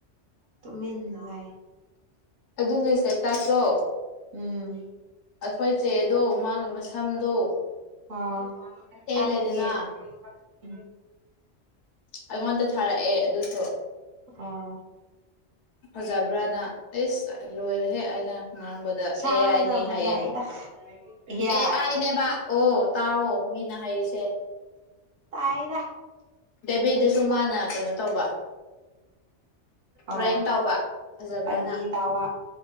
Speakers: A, on the right (about 60°); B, on the left (about 75°).
A: ꯇꯨꯃꯤꯟꯅ ꯂꯩ꯫
B: ꯑꯗꯨꯒꯤꯁꯦ ꯇꯥꯥꯁꯣ꯫
A: ꯎꯝ
B: ꯑꯩꯈꯣꯏ ꯆꯦꯗꯣ ꯃꯁꯝꯗꯣ꯫
A: ꯑꯣ
B: ꯇꯦꯜꯂꯦꯗꯅ
A: ꯀꯦ꯫ ꯎ꯫
B: ꯑꯩꯉꯣꯟꯗ ꯊꯥꯔꯛꯑꯦ ꯑꯗꯨꯁꯨ
A: ꯑꯣ
B: ꯐꯖꯕ꯭ꯔꯥꯅ꯫ ꯑꯦꯁ ꯂꯣꯏꯔꯦꯍꯦ ꯑꯩꯅ ꯉ ꯉꯥꯡꯕꯗ
A: ꯁꯥꯡꯕꯅ
B: ꯑꯦ ꯑꯥꯏꯅꯦ
A: ꯐꯖꯩꯗ
B: ꯍꯥꯏꯌꯦ
A: ꯌꯥꯏ
B: ꯑꯦ ꯑꯥꯏꯅꯦꯕꯕꯥ ꯑꯣ ꯇꯥꯎꯑꯣ ꯃꯤꯅ ꯍꯔꯤꯁꯦ꯫
A: ꯇꯥꯏꯅ꯫
B: ꯕꯦꯕꯤꯗꯨꯁꯨ ꯃꯥꯅ ꯀꯩꯅꯣ ꯇꯧꯕ
A: ꯑ
B: ꯔꯦꯡ ꯇꯧꯕ ꯐꯖꯕ꯭ꯔꯅ
A: ꯑꯩꯗꯒꯤ ꯇ‌ꯋꯥ꯫